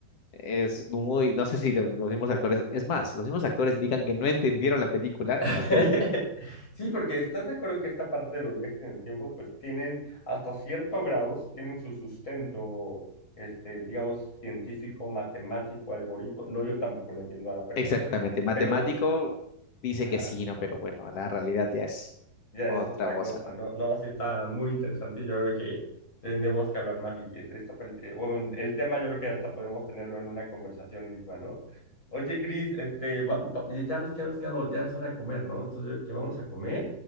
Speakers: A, on the left; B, on the left.
A: Es muy, no sé si lo- los mismos actores, es más, los mismos actores indican que no entendieron la película,
B: <laughs>
A: imagínate.
B: Sí, porque estás de acuerdo que esta parte de los viajes en el tiempo, pues tienen hasta cierto grado, si tienen su sustento, este, digamos, científico, matemático, algoritmo. No, yo tampoco lo entiendo a la perfección,
A: Exactamente, matemático
B: pero, s-
A: dice
B: ajá,
A: que sí, ¿no? Pero bueno, la realidad ya es
B: ya
A: otra
B: es otra
A: cosa,
B: cosa,
A: ¿no?
B: ¿no? No, sí está muy interesante y yo creo que tendremos que hablar más y esta, pel- eh, bueno, el tema yo creo que hasta podemos tenerlo en una conversación misma, ¿no? Oye, Cris, este, va- va- ya ya ves que habíamos quedado, ya es hora de comer, ¿no? Entonces yo creo que vamos a comer